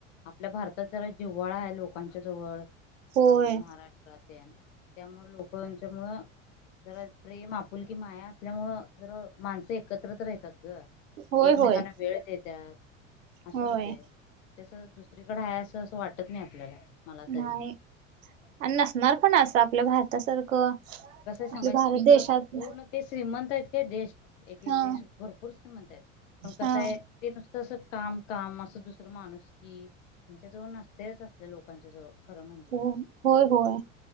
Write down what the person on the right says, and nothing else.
होय.
होय
होय.
होय
नाही आणि नसणार पण असं आपल्या भारतासारखं.
आपल्या
भारत
देशात
हा.
हा
हो होय होय.